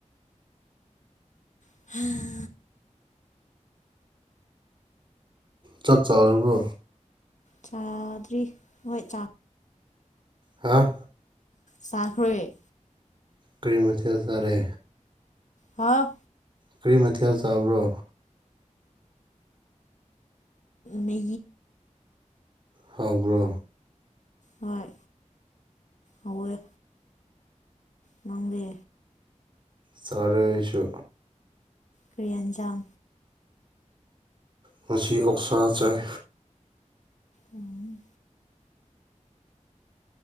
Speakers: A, on the left; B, on the right.
A: <unintelligible>
B: ꯆꯥꯛ ꯆꯥꯔꯕꯣ
A: ꯆꯥꯗ꯭ꯔꯤ ꯅꯍꯣꯏ ꯆꯥ
B: ꯍꯥꯥ
A: ꯆꯥꯈ꯭ꯔꯦ
B: ꯀꯔꯤꯃꯊ ꯁꯔꯦ
A: ꯍꯥ
B: ꯀꯔꯤ ꯃꯊꯦꯜ ꯆꯥꯕ꯭ꯔꯣ
A: ꯃ
B: ꯍꯥꯏꯕ꯭ꯔꯣ
A: ꯍꯣꯏ ꯑꯣ ꯅꯪꯗꯦ
B: ꯆꯔꯦꯁꯨ
A: ꯄ꯭ꯔꯤꯌꯥꯟꯖꯝ
B: ꯄꯨꯟꯁꯤ ꯑꯣꯛꯁꯥ ꯆꯥꯏ
A: ꯎꯝ